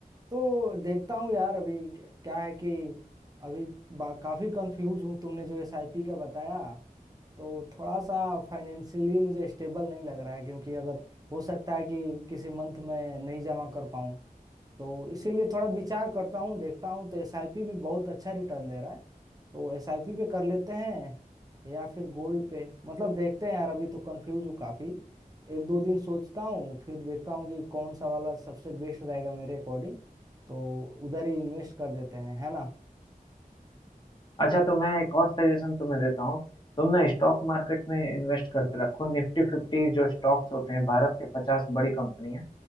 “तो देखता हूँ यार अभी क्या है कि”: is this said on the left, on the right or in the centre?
Right